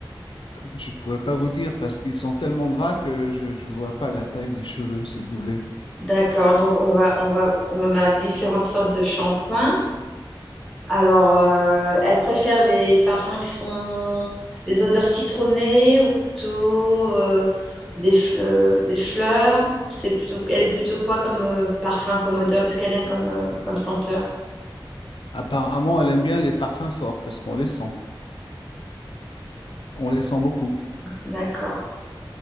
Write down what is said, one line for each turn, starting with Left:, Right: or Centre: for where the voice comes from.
Left: Je pourrais pas vous dire parce qu'ils sont tellement gras que je ne vois pas la taille des cheveux, si vous voulez.
Centre: D'accord. Donc on va, on va, on a différentes sortes de shampoings. Alors, euh, elle préfère les parfums qui sont des odeurs citronnées ou plutôt euh, des, fle- euh, des fleurs. C'est plutôt, elle est plutôt quoi comme euh, parfum, comme odeur? Qu'est-ce qu'elle aime comme, euh, comme senteur?
Left: Apparemment, elle aime bien les parfums forts parce qu'on les sent. On les sent beaucoup.
Centre: D'accord,